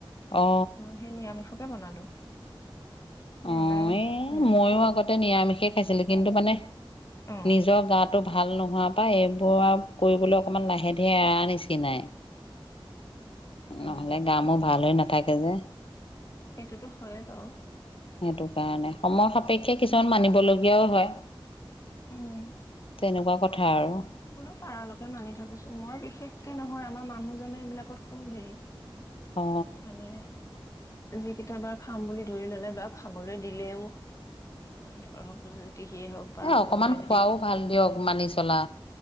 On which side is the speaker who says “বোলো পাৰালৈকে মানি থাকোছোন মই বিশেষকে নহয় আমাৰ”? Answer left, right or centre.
Left